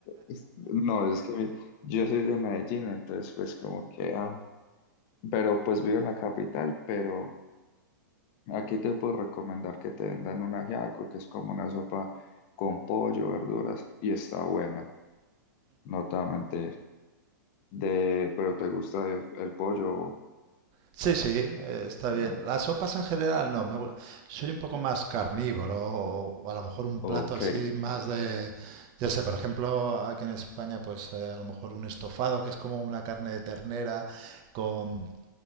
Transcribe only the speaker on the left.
es- No, es que mi- yo soy de Medellín, entonces pues como que... ah, pero pues vivo en la capital, pero aquí te puedo recomendar que te vendan un ajiaco, que es como una sopa con pollo, verduras, y está buena, no te voy a mentir. De, pero te gusta el, el pollo,
¿no?
Ok,